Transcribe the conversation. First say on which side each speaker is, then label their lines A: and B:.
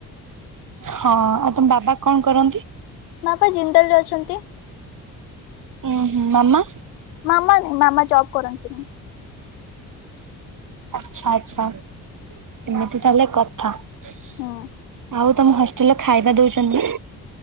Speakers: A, on the right; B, on the left.
A: ହଁ ଆଉ ତମ ବାବା କଣ କରନ୍ତି?
B: ବାବା ଜିନ୍ଦଲରେ ଅଛନ୍ତି
A: ହୁଁ ହୁଁ ମାମା?
B: ମାମା ନାଇଁ ମାମା ଯବ୍ କରନ୍ତିନି
A: ଆଛା ଆଚ୍ଛା ଏମିତି ତାହେଲେ କଥା ଆଉ
B: ହୁଁ
A: ତମ ହଷ୍ଟେଲର ଖାଇବା ଦଉଚନ୍ତି